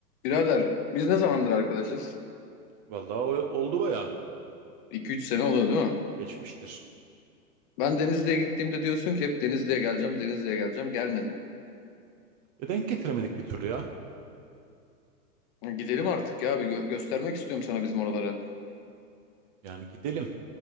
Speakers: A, on the left; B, on the right.
A: Birader biz ne zamandır arkadaşız?
B: Vallahi o- oldu baya.
A: 2 üç sene oluyor değil mi?
B: Geçmiştir.
A: Ben Denizli'ye gittiğimde diyorsun ki hep Denizli'ye geleceğim, Denizli'ye geleceğim. Gelmedin.
B: E denk getiremedik bir türlü ya.
A: Gidelim artık ya bir gö- göstermek istiyorum sana bizim oraları.
B: Yani gidelim.